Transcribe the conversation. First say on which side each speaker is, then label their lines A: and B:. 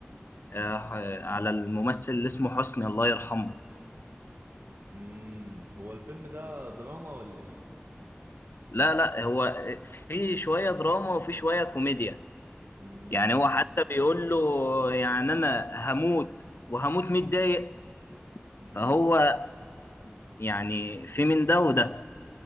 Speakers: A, on the left; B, on the right.
A: آه، على الممثل اللي اسمه حسني الله يرحمه
B: امم هو الفيلم ده دراما ولا ايه
A: لا لا هو في شوية دراما وفي شوية كوميديا
B: امم
A: يعني هو حتى بيقول له يعني أنا هموت وهموت متضايق
B: امم
A: فهو يعني في من ده وده